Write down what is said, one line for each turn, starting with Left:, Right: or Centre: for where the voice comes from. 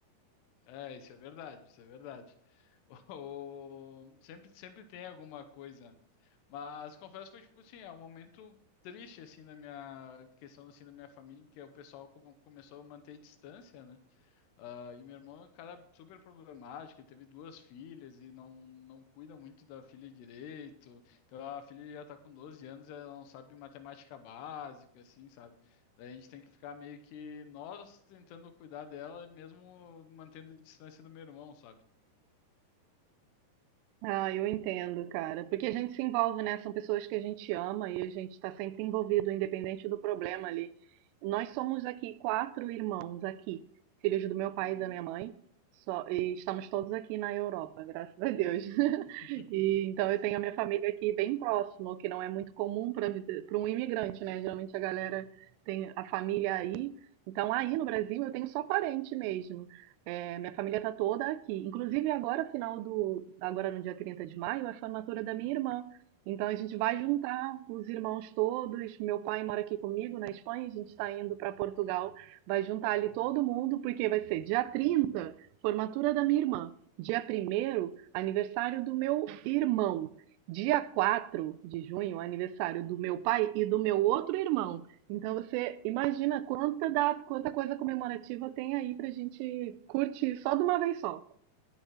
Left: É, isso é verdade, isso é verdade. <laughs> O, sempre, sempre tem alguma coisa, mas confesso que foi tipo assim, é um momento triste assim na minha questão assim da minha família, porque o pessoal come- começou a manter distância, né? Ah, e meu irmão é um cara super problemático, ele teve duas filhas e não, não cuida muito da filha direito. Então a filha já tá com 12 anos, ela não sabe matemática básica, assim, sabe? Daí a gente tem que ficar meio que nós tentando cuidar dela, mesmo mantendo a distância do meu irmão, sabe?
Right: Ah, eu entendo, cara. Porque a gente se envolve, né? São pessoas que a gente ama e a gente está sempre envolvido, independente do problema ali. Nós somos aqui quatro irmãos aqui, filhos do meu pai
Left: Uhum.
Right: e da minha mãe. Só, e estamos todos aqui na Europa, graças a Deus. <laughs>
Left: <laughs>
Right: E então eu tenho a minha família aqui bem próximo, o que não é muito comum para para um imigrante, né? Geralmente a galera tem a família aí. Então aí no Brasil eu tenho só parente mesmo. É, minha família tá toda aqui. Inclusive, agora, final do, agora no dia 30 de maio, é a formatura da minha irmã. Então, a gente vai
Left: Olha.
Right: juntar os irmãos todos. Meu pai mora aqui comigo na Espanha, a gente está indo para Portugal. Vai juntar ali todo mundo, porque vai ser dia 30, formatura da minha irmã. Dia primeiro, aniversário do meu irmão. Dia 4 de junho, aniversário do meu pai e do meu outro irmão. Então você imagina quanta, data, quanta coisa comemorativa tem aí pra gente curtir só de uma vez só.